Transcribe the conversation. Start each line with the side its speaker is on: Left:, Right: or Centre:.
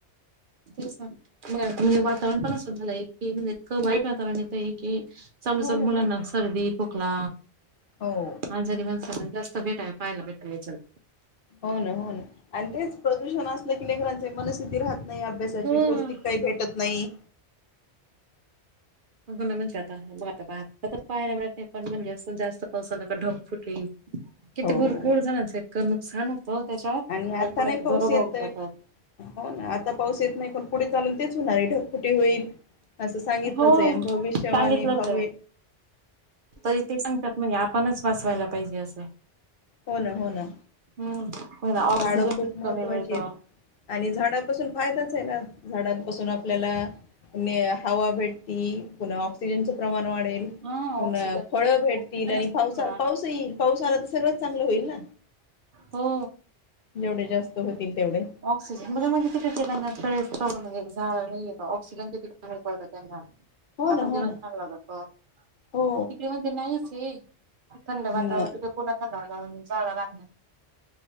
Right: तेच ना, <unintelligible> वातावरण पण असं झालंय की इतकं वाईट वातावरण येतंय की चालू
Left: हो
Right: चालू
Left: ना
Right: मुलांना
Left: हो ना.
Right: सर्दी, खोकला
Left: हो
Right: आजारी माणसाला जास्त भेटाय पहायला भेटाण्यची
Left: हो ना हो ना. आणि तेच प्रदूषण असलं की लेकरांचे मनस्थिती राहत नाही अभ्यासाची
Right: हम्म.
Left: पौष्टिक काही भेटत नाही
Right: बाघा ना म्हणजे आता बघ आता पाहायला मिळत नाही पण म्हणजे असं जास्त पावसा आला का ढगफुटी किती
Left: हो
Right: भरपूर
Left: हो हो
Right: जणांचं इतकं नुकसान होतं त्याच्यात
Left: आणि आता
Right: म्हणजे कोणाची
Left: नाही
Right: घरं
Left: पाऊस
Right: वाहून
Left: येतय
Right: जातात.
Left: हो ना आता पाऊस येत नाही पण पुढे चालून तेच होणार आहे ढगफुटी होईल असं सांगितलंच
Right: हो
Left: आहेन भविष्यवाणी
Right: सांगितलंच
Left: भवे
Right: आहे तरी ते सांगतात म्हणजे आपणच बसवायला पाहिजे असं
Left: हो ना हो ना
Right: हम्म मला ऑक्सिजन
Left: झाडं खूप
Right: किती
Left: महत्वाची
Right: कमी मिळतं.
Left: आहेत आणि झाडापासून फार <inaudible> ना झाडांपासून आपल्याला ने हवा भेटती पुन्हा ऑक्सिजनचं प्रमाण वाढत <inaudible>
Right: हा
Left: पुना
Right: ऑक्सिजन
Left: फळ भेटतील
Right: ऑक्सिजनच
Left: आणि
Right: खूप
Left: पावसा
Right: राहणार
Left: पाऊस
Right: आहे.
Left: येईल पावस आला तर सगळंच चांगलं होईल ना
Right: हो
Left: जेवढे जास्त होतील तेवढे
Right: ऑक्सिजन बघा म्हणजे किती सेकंदात <inaudible> <inaudible> नाहीय का ऑक्सिजन किती कमी पडलं त्यांना
Left: हो
Right: हा
Left: ना
Right: पण
Left: हो
Right: दिवस
Left: ना
Right: चांगला जातो तिकडे
Left: हो
Right: म्हणजे नाहीच थंड
Left: नाही
Right: वातावरण तिथे पुूर्ण थंड